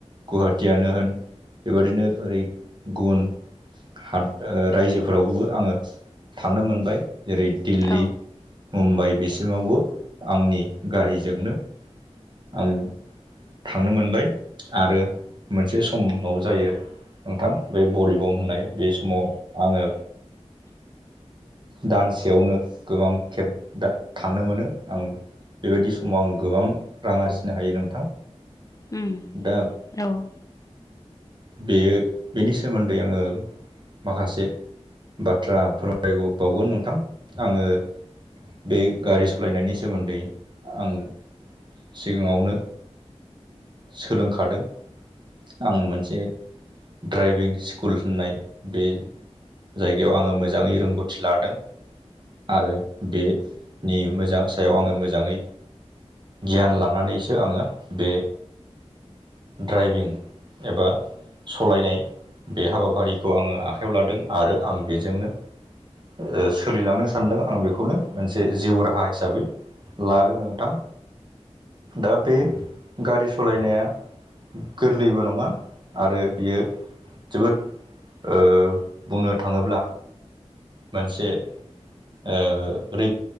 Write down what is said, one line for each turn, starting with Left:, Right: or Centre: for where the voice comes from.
Right: गुवाहाटियानो होन बेबादिनो ओरै गुबुन हाद ओ रायजोफोरावबो आङो थांनो मोनबाय। जेरै दिल्ली
Left: औ
Right: मुम्बाइ बिसिमावबो आंनि गारिजोंनो आं थांनो मोनबाय आरो मोनसे समाव जायो। नोंथां बे भलिबम होननाय बे समाव आङो दानसेयावनो गोबां खेब थांनो मोनो आं। बिबायदि समाव आं गोबां रां आरजिनो हायो नोंथां।
Left: उम
Right: दा
Left: औ
Right: बेयो बिनि सोमोन्दै आङो माखासे बाथ्रा फोरमायबावगोन नोंथां आङो बेयो गारि सलायनायनि सोमोन्दै आं सिगाङावनो सोलोंखादों। आं मोनसे ड्राइभिं स्कुल होननाय बे जायगायाव आङो मोजाङै रोंगौथि लादों। आरो बे नि मोजां सायाव आङो मोजाङै गियान लानानैसो आङो बे ड्राइभिं एबा सलायनाय बे हाबाफारिखौ आङो आखायाव लादों आरो आं बेजोंनो ओ सोलिलांनो सानदों आं बेखौनो मोनसे जिउ राहा हिसाबै। लादों नोंथां दा बे गारि सालायनाया गोरलैबो नङा आरो बियो जोबोद ओ बुंनो थाङोब्ला मोनसे ओ रै